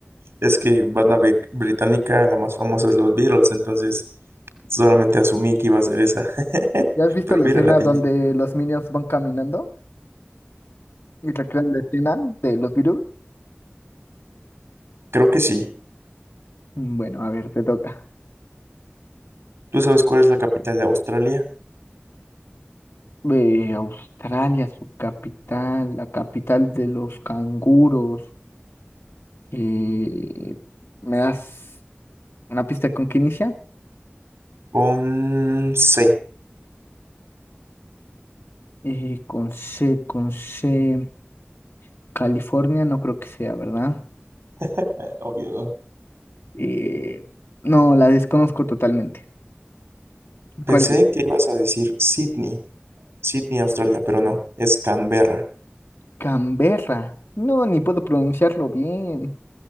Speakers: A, on the right; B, on the left.
A: Es que banda be- británica, la más famosa es los Beatles, entonces solamente asumí que iba a ser esa. <laughs>
B: ¿Ya has visto
A: Pero
B: la
A: mira,
B: escena
A: la tiene.
B: donde los Minions van caminando y recrean la escena de los virus?
A: creo que sí.
B: Bueno, a ver, te toca.
A: ¿Tú sabes cuál es la capital de Australia?
B: de Australia, su capital, la capital de los canguros. eh, me das. Una pista con qué inicia.
A: Con C.
B: Eh, con C, con C. California, no creo que sea, ¿verdad?
A: <laughs> Obvio, ¿no?
B: Eh, no, la desconozco totalmente.
A: Pensé
B: ¿Cuál es?
A: que ibas a decir Sydney, Sydney, Australia, pero no, es Canberra.
B: Canberra. No, ni puedo pronunciarlo bien.